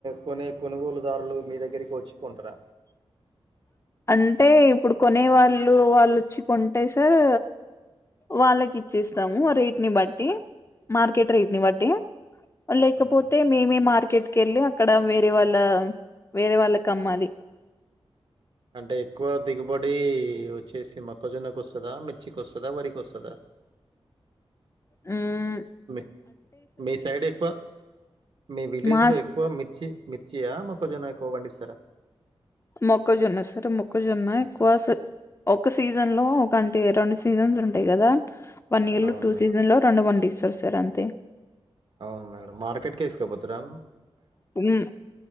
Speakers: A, on the right (about 55°); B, on the left (about 30°).
A: కొనే కొనుగోలుదారులు మీ దగ్గరికి వచ్చు కుంట్రా
B: అంటే ఇప్పుడు కొనే వాళ్ళు వాళ్ళు వచ్చి కొంటే సార్ వాళ్ళకి ఇచ్చేస్తాము రేట్ని బట్టి మార్కెట్
A: హ్మ్.
B: రేట్ ని బట్టి లేకపోతే
A: హ్మ్.
B: మేమే మార్కెట్ కెళ్ళి అక్కడ వేరే వాళ్ళ వేరే వాళ్ళకి అమ్మాలి
A: అంటే ఎక్కువ దిగుబడి వచ్చేసి మొక్కజొన్నకు వస్తదా మిర్చికి వస్తదా వరికి వస్తదా
B: హ్మ్
A: మీ మీ సైడ్ ఎక్కువ మీ విలేజ్
B: మా
A: లో ఎక్కువ మిర్చి మిర్చియా మొక్కజొన్న ఎక్కువ పండిస్త స్తారా
B: మొక్కజొన్న సార్ మొక్కజొన్న ఎక్కువ ఒక సీజన్ లో ఒకంటే రెండు సీజన్స్ ఉంటాయి కదా వన్ ఇయర్
A: అవును
B: లో టూ
A: మేడం.
B: సీజన్ లో రెండు పండిస్తారు సార్ అంత
A: అవును మేడం మార్కెట్కి వేసుకోకపోతారా
B: హ్మ్